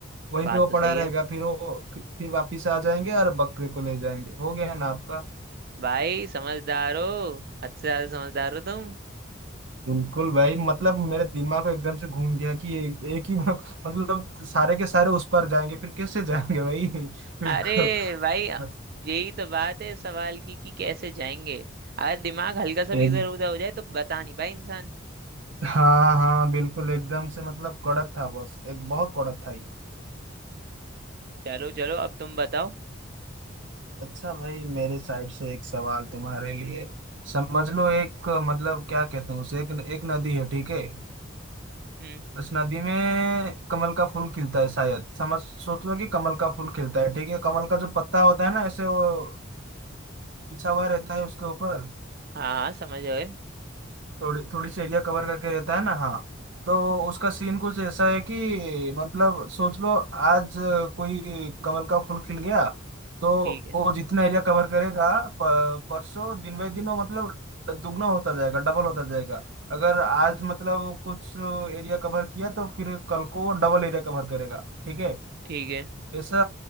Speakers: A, on the right; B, on the right.
A: वहीं
B: बात
A: पे वो
B: तो
A: पड़ा
B: सही
A: रहेगा
B: है
A: फिर वो फिर वापिस आ जाएंगे और बकरी को ले जाएंगे हो गया ना आपका
B: भाई समझदार हो हद से ज्यादा समझदार हो तुम
A: बिल्कुल भाई मतलब मेरे दिमाग में एकदम से घूम गया कि एक, एक ही बार- मतलब सारे के सारे उस पार जाएंगे फिर कैसे जाएंगे भाई <laughs> बिल्कुल
B: अरे भाई
A: मत-
B: यही तो बात है सवाल की कि कैसे जाएंगे अगर दिमाग हल्का सा
A: एक
B: भी इधर उधर हो जाए तो बता नहीं भाई इंसान
A: हाँ हाँ बिल्कुल एकदम से मतलब कड़क था बस एक बहुत कड़क था ये
B: चलो चलो अब तुम बताओ
A: अच्छा भाई मेरे साइड से एक सवाल तुम्हारे लिए समझ लो एक मतलब क्या कहते हैं उसे एक एक नदी है ठीक है
B: हम्म
A: उस नदी में कमल का फूल खिलता है शायद समझ सोच लो कि कमल का फूल खिलता है ठीक है कमल का जो पत्ता होता है ना ऐसे वो बिछा हुआ रहता है उसके ऊपर
B: हाँ हाँ समझ गए
A: थोड़ी थोड़ी सी एरिया कवर करके रहता है ना हाँ तो उसका सीन कुछ ऐसा है कि मतलब सोच लो आज अ, कोई कमल का फूल खिल गया तो
B: ठीक है
A: वो जितना एरिया कवर करेगा प- परसों दिन बाई दिन वो मतलब दुगना होता जाएगा डबल होता जाएगा अगर आज मतलब कुछ एरिया कवर किया तो फिर कल को वो डबल एरिया कवर करेगा ठीक है
B: ठीक है
A: ऐसा